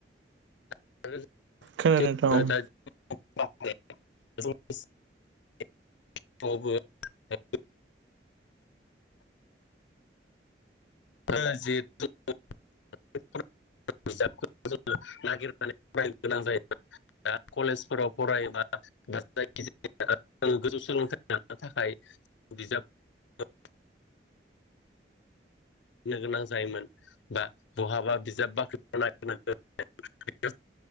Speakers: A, on the left; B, on the right.
A: <unintelligible>
B: खोनादों नोंथां औ
A: <unintelligible> <unintelligible> <unintelligible> <unintelligible> बिजाबखो जोङो नागिरनानै फरायनो गोनां जायो। कलेजफोराव फरायबा जायखिजाया गोजौ सोलोंथाइ लानो थाखाय बिजाब <unintelligible> नो गोनां जायोमोन बा बहाबा बिजाब बाख्रि <unintelligible>